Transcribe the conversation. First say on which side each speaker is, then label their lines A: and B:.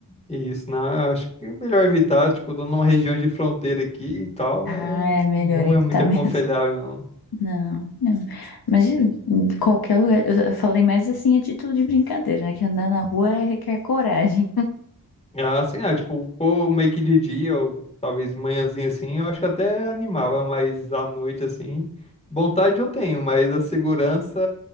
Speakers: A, on the left; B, on the left.
A: E isso, não, eu acho que é melhor evitar, tipo, tô numa região de fronteira aqui e tal,
B: Ah,
A: é,
B: é melhor
A: não
B: evitar
A: é muito
B: <laughs> mesmo.
A: aconselhável, não.
B: Não, não. Mas em qualquer lugar. Eu eu falei mais assim a título de brincadeira, né? Que andar na rua é- requer coragem.
A: Ah, Assim, ah, tipo, pô, meio que de dia, ou talvez manhãzinha assim, eu acho que até animava, mas à noite, assim, vontade eu tenho, mas a segurança